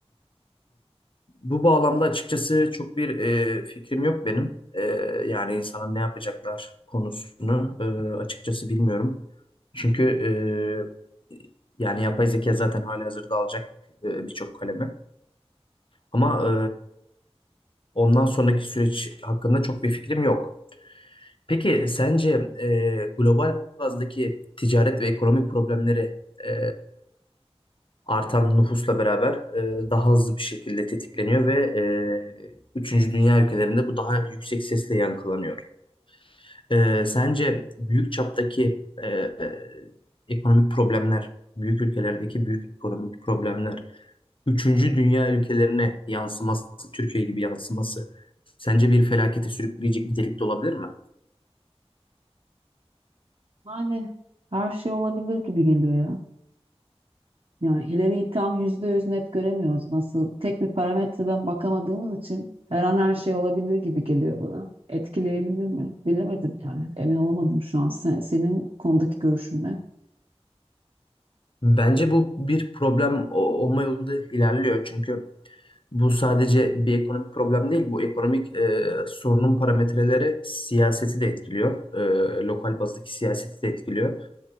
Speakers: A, on the left; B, on the right.
A: Bu bağlamda açıkçası çok bir e, fikrim yok benim. E, yani insana ne yapacaklar konusunu e, açıkçası bilmiyorum. Çünkü e, yani yapay zeka zaten halihazırda alacak e, birçok kalemi. Ama e, ondan sonraki süreç hakkında çok bir fikrim yok. Peki sence e, global bazdaki ticaret ve ekonomik problemleri e, artan nüfusla beraber e, daha hızlı bir şekilde tetikleniyor ve e, üçüncü dünya ülkelerinde bu daha yüksek sesle yankılanıyor. E, sence büyük çaptaki e, e, ekonomik problemler, büyük ülkelerdeki büyük ekonomik problemler, üçüncü dünya ülkelerine yansıması, Türkiye gibi yansıması sence bir felakete sürükleyecek nitelikte olabilir mi?
B: Yani her şey olabilir gibi geliyor ya. Yani ileriyi tam yüzde yüz net göremiyoruz. Nasıl tek bir parametreden bakamadığımız için her an her şey olabilir gibi geliyor bana. Etkileyebilir mi? Bilemedim yani. Emin olamadım şu an. Sen, senin bu konudaki görüşün ne?
A: Bence bu bir problem o- olma yolunda ilerliyor çünkü Bu sadece bir ekonomik problem değil, bu ekonomik e, sorunun parametreleri siyaseti de etkiliyor. E, lokal bazdaki siyaseti de etkiliyor.